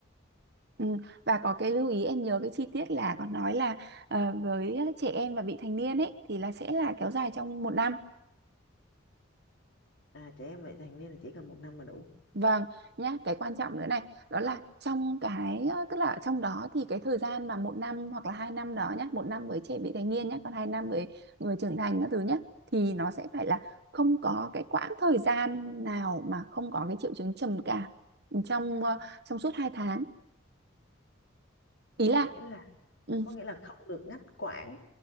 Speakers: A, on the right; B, on the left.
A: Ừ, và có cái lưu ý em nhớ cái chi tiết là có nói là ờ, với trẻ em và vị thành niên ấy thì là sẽ là kéo dài trong một năm
B: à trẻ em vị thành niên là chỉ cần một năm là đủ
A: vâng nhá cái quan trọng nữa này đó là trong cái ờ, tức là trong đó thì cái thời gian mà một năm hoặc là hai năm đó nhá một năm với trẻ vị thành niên nhá còn hai năm với người trưởng thành các thứ nhá thì nó sẽ phải là không có cái quãng thời gian nào mà không có cái triệu chứng trầm cảm trong ờ, trong suốt hai tháng ý
B: có
A: là
B: nghĩa là
A: ừ,
B: có nghĩa là không được ngắt quãng